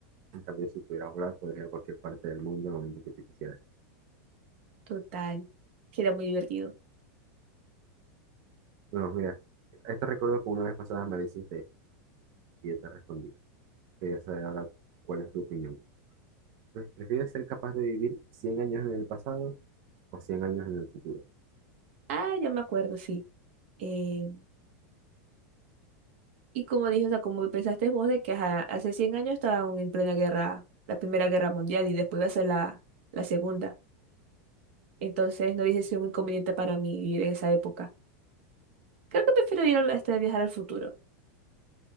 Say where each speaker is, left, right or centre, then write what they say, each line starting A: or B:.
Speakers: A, on the right; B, on the right.
A: En cambio, si pudieras volar, puedes ir a cualquier parte del mundo en el momento que tú quisieras.
B: total. Sería muy divertido.
A: Bueno, mira, este recuerdo que una vez pasada me lo hiciste y yo te respondí. Quería saber ahora cuál es tu opinión. Pues, ¿Prefieres ser capaz de vivir 100 años en el pasado o 100 años en el futuro?
B: Ah, ya me acuerdo, sí. Eh, y como dije, o sea, como pensaste vos de que ajá, hace 100 años estaban en plena guerra, la Primera Guerra Mundial y después iba a ser la, la Segunda. Entonces no hubiese sido muy conveniente para mí vivir en esa época. Creo que prefiero ir al- hasta viajar al futuro.